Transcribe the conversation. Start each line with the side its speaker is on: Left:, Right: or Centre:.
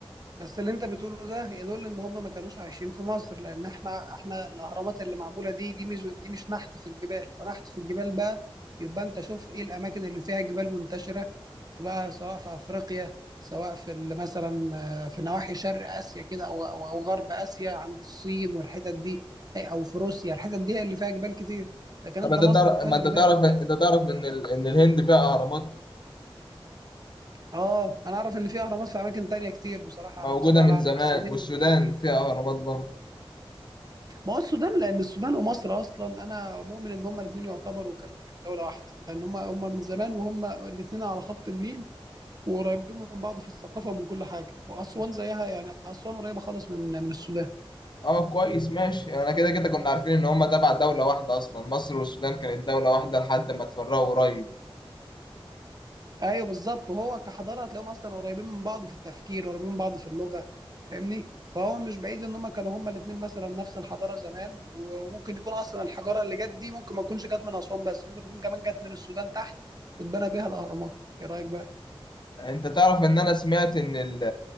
Right: بس اللي انت بتقوله ده يدل ان هم ما كانوش عايشين في مصر لان احنا احنا الاهرامات اللي معموله دي دي مش دي مش نحت في الجبال لو نحت في الجبال بقى يبقى انت شوف ايه الاماكن اللي فيها جبال منتشره فبقى سواء في افريقيا سواء في ال- مثلا آه، في نواحي شرق اسيا كده او او أو غرب اسيا عند الصين والحتت دي أي- او في روسيا الحتت دي هي اللي فيها جبال كتير لكن
Left: طب
Right: انت
Left: أنت
Right: مصر
Left: تعرف
Right: ما فيهاش
Left: ما أنت
Right: جبال
Left: تعرف أنت تعرف إن ال... إن الهند فيها أهرامات
Right: اه انا اعرف ان في اهرامات في اماكن تانية كتير بصراحه على
Left: موجودة
Right: مستوى
Left: من
Right: العالم
Left: زمان
Right: بس الهند
Left: والسودان
Right: دي دي
Left: فيها أهرامات برضه
Right: ما هو السودان لان السودان ومصر اصلا انا مؤمن ان هما الاثنين يعتبروا كانوا يعني دوله واحده لان هما هما من زمان وهما الاثنين على خط النيل وقريبين من بعض في الثقافه ومن كل حاجه واسوان زيها يعني اسوان قريبه خالص من من السودان
Left: أه كويس ماشي أنا كده كده كنا عارفين إن هما تبع دولة واحدة أصلا مصر والسودان كانت دولة واحدة لحد ما اتفرقوا قريب
Right: ايوه بالظبط وهو كحضاره هتلاقيهم اصلا قريبين من بعض في التفكير قريبين من بعض في اللغه فاهمني فهو مش بعيد ان هما كانوا هما الاثنين مثلا نفس الحضاره زمان و- وممكن تكون اصلا الحجاره اللي جت دي ممكن ما تكونش جت من اسوان بس ممكن تكون كمان جت من السودان تحت واتبنى بيها الاهرامات ايه رايك بقى
Left: انت تعرف ان انا سمعت ان ال